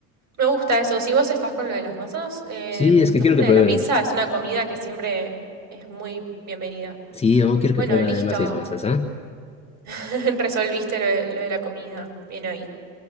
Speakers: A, on the right; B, on the left.
A: Me gusta eso. Si vos estás con lo de las masas, em,
B: Sí, es que
A: aparte
B: quiero que prueben.
A: de la pizza, es una comida que siempre es muy bienvenida.
B: Sí, yo quiero
A: Bueno,
B: que prueben
A: listo.
B: además mis masas, ¿ah?
A: <laughs> Resolviste lo de, lo de la comida. Bien ahí.